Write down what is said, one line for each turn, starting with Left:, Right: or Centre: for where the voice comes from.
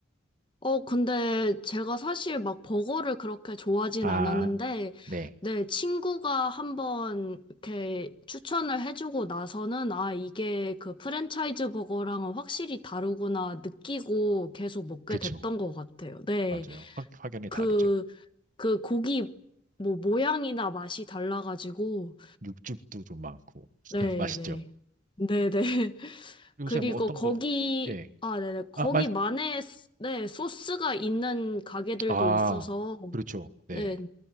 Left: 어, 근데 제가 사실 막 버거를 그렇게 좋아하진
Right: 아,
Left: 않았는데,
Right: 네.
Left: 네, 친구가 한번 이렇게 추천을 해주고 나서는, 아, 이게 그 프랜차이즈 버거랑은 확실히 다르구나 느끼고 계속 먹게
Right: 그쵸.
Left: 됐던 것 같아요. 네,
Right: 맞아요. 확, 확연히 다르죠.
Left: 그, 그 고기 뭐 모양이나 맛이 달라가지고,
Right: 육즙도 좀 많고.
Left: 네네.
Right: <laughs> 맛있죠.
Left: 네네. <laughs>
Right: 요새
Left: 그리고
Right: 뭐 어떤
Left: 거기,
Right: 거, 네.
Left: 아, 네네. 거기만의,
Right: 아, 맛,
Left: 스- 네, 소스가 있는 가게들도
Right: 아,
Left: 있어서,
Right: 그렇죠. 네.
Left: 네,